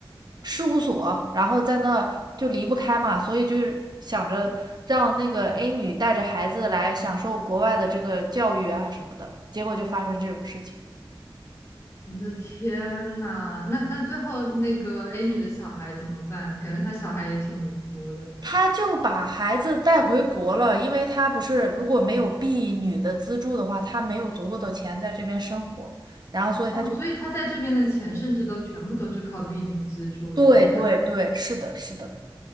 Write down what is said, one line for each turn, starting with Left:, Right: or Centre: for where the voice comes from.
Right: 事务所，然后在那就离不开嘛，所以就是想着让那个 A 女带着孩子来享受国外的这个教育啊什么的，结果就发生这种事情。
Left: 我的天呐，那那最后那个 A 女的小孩怎么办？感觉她小孩也挺无辜的
Right: 他就把孩子带回国了，因为他不是如果没有婢女的资助的话，他没有足够的钱在这边生活，然后所以他就，
Left: 哦，所以她在这边的钱甚至都全部都是靠 B 女资助的，
Right: 对对对，
Left: 就她，
Right: 是的，是的，